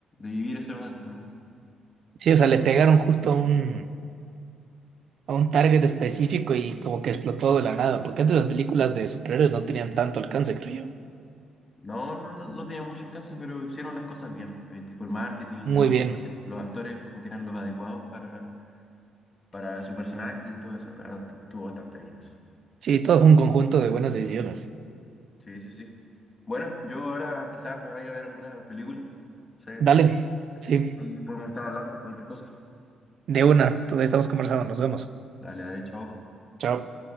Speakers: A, on the left (about 30°); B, on the right (about 60°).
A: vivir ese momento, ¿no?
B: Sí, o sea, le pegaron justo a un, a un target específico y como que explotó de la nada, porque antes las películas de superhéroes no tenían tanto alcance, creo yo.
A: No, no, no, no tenía mucho alcance, pero hicieron las cosas bien, eh, tipo el marketing,
B: Muy
A: los
B: bien.
A: actores, los actores como que eran los adecuados para para su personaje y todo eso. La verdad, tu- estuvo bastante bien eso.
B: Sí, todo fue un conjunto de buenas decisiones.
A: Sí, sí, sí. Bueno, yo ahora quizás me vaya a ver alguna película. No sé,
B: Dale, sí,
A: ahí podemos estar hablando, cualquier cosa.
B: de una. Todavía estamos conversando, nos vemos.
A: Dale, dale, chao.
B: Chao.